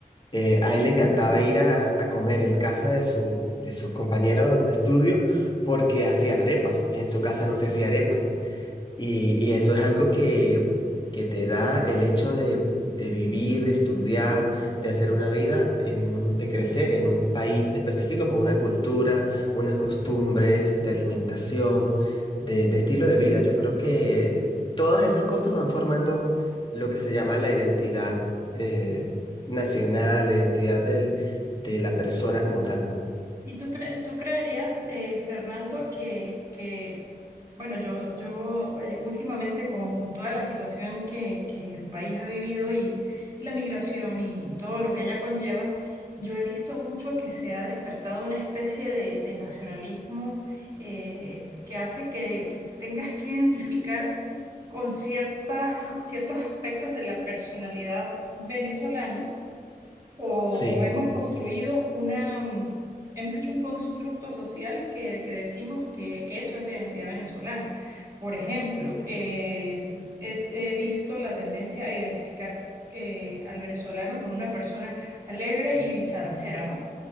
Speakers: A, on the left; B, on the right.
A: eh, a él le encantaba ir a, a comer en casa de, su, de sus compañeros de estudio porque hacían arepas y en su casa no se hacía arepas. Y, y eso es algo que, que te da el hecho de, de vivir, de estudiar, de hacer una vida, en un, de crecer en un país específico con una cultura, unas costumbres, de alimentación, de, de estilo de vida. Yo creo que todas esas cosas van formando lo que se llama la identidad eh, nacional, la identidad del, de la persona como tal.
B: ¿Y tú, pre- tú creerías, eh, Fernando, que, que, bueno, yo, yo eh, últimamente con, con toda la situación que, que el país ha vivido y la migración y, y todo lo que ella conlleva, yo he visto mucho que se ha despertado una especie de, de nacionalismo eh, que hace que, que te tengas que identificar con ciertas, ciertos aspectos de la personalidad venezolana o,
A: Sí,
B: o hemos construido una, mm, hemos hecho un constructo social que, que decimos que eso es la identidad venezolana. Por ejemplo, eh, he, he visto la tendencia a identificar eh, al venezolano con una persona alegre y bicharachera, ¿no?